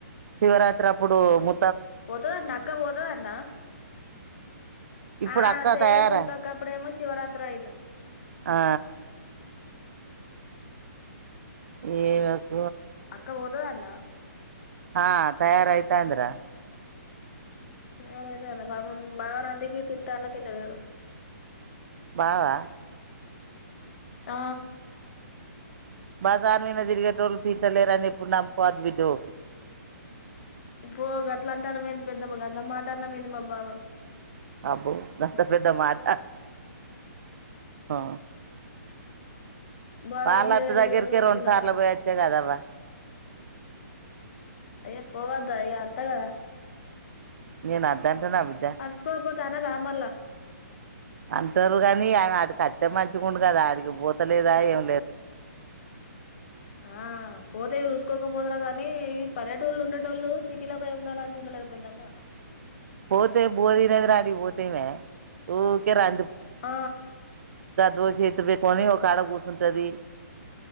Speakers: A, on the right (about 60°); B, on the left (about 50°).
A: శివరాత్రి అప్పుడు ము
B: పోతదట్న అక్క పోతాదట్నా
A: ఇప్పుడు
B: ఆ
A: అక్క
B: సేమ్
A: తయారా
B: ఉత్తకప్పుడేమో శివరాత్రి అయింది
A: ఆ ఏ గ
B: అక్క పోతదన్న
A: ఆ తయారయితాంది రా
B: మేమైతే వాల పాపన్ మనవరాలికి తింటన్ అంటే తింటన్ ఎవరో
A: బావా
B: ఆ
A: బాజార్ మీనా తిరిగేటోళు తింటలేరని ఎప్పుడు నమ్మకోవదు బిడ్డో
B: ఇప్పు గట్ల అంటన్న వెంది పెద్దమ్మ గంత మాట అన్నావ్ ఏంది మా బావని
A: అబ్బో గంత పెద్ద మాట ఆ
B: బజార్
A: వాళ
B: మీద
A: అత్త
B: తిరిగేటోడు
A: దగ్గరికే రొండు
B: తిన్నడాట
A: సార్లు పోయోతివి కద వా
B: అయ్ పోవద ఇగా అత్తగద
A: నేను అద్దన్ టనా బిడ్డ
B: అరుసుకోకపోతే అనరా మల్లా
A: అంటారు గాని ఆయన అతికొత్తే మంచిగుండు కదా ఆడికి పోతలేదా ఏం లేదు
B: ఆ పోతే చూసుకోకపోదురుగానీ ఈ పల్లెటూళ్లో ఉండేటోల్లు సిటీలో పోయి ఉండాలంటుండ లేరు పెద్దమ్మ
A: పోతే బోది లేరా అటిక్ పోతేమీ ఊర్కే ర
B: ఆ
A: ఆ దోశ ఎత్తు పెకొని ఒక ఆడ కుసుంటది